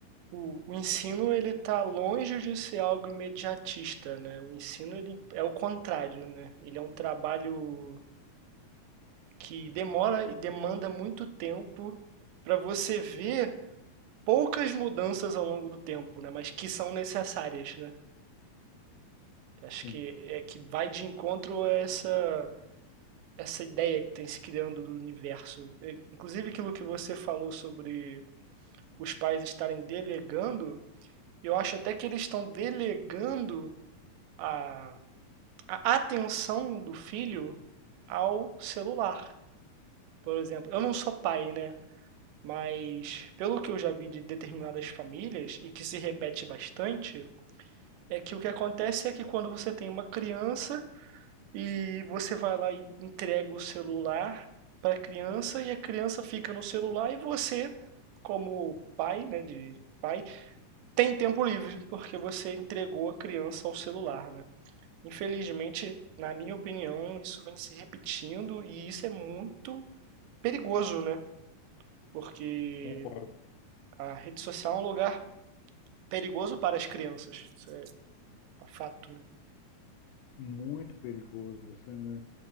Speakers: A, on the right; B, on the left.
A: O, o ensino ele está longe de ser algo imediatista, né? O ensino ele é o contrário, né? Ele é um trabalho que demora e demanda muito tempo para você ver poucas mudanças ao longo do tempo, né? Mas que são necessárias, né? Acho
B: Sim,
A: que é que vai de encontro a essa essa ideia que tem se criando do universo. É, Inclusive aquilo que você falou sobre os pais estarem delegando, eu acho até que eles estão delegando a a atenção do filho ao celular, por exemplo. Eu não sou pai, né? Mas pelo que eu já vi de determinadas famílias e que se repete bastante, é que o que acontece é que quando você tem uma criança e você vai lá e entrega o celular para a criança e a criança fica no celular e você, como pai, né, de pai, tem tempo livre porque você entregou a criança ao celular, né? Infelizmente, na minha opinião, isso vem se repetindo e isso é muito perigoso, né? Porque
B: concordo.
A: a rede social é um lugar perigoso para as crianças. Isso é um fato, né?
B: Muito perigoso, você, né,